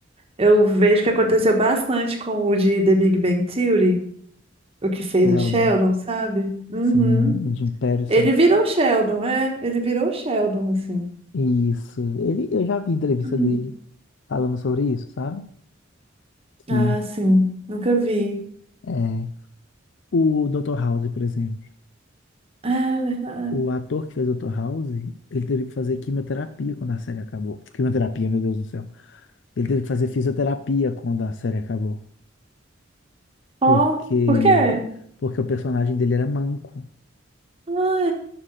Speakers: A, on the right; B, on the left.
A: Eu vejo que aconteceu bastante com o de The Big Bang Theory, o que fez
B: Sheldon,
A: o Sheldon, sabe? Uhum.
B: sim, o Jim Patterson,
A: Ele virou Sheldon, é. Ele virou Sheldon, assim.
B: isso. Ele, eu já vi entrevista
A: Hum.
B: dele falando sobre isso, sabe? Que
A: Ah, sim. Nunca vi.
B: é, o Dr. House, por exemplo,
A: É verdade.
B: o ator que fez o Dr. House, ele teve que fazer quimioterapia quando a série acabou. Quimioterapia, meu Deus do céu. Ele teve que fazer fisioterapia quando a série acabou,
A: Ó,
B: porque
A: por quê?
B: porque o personagem dele era manco.
A: Ah,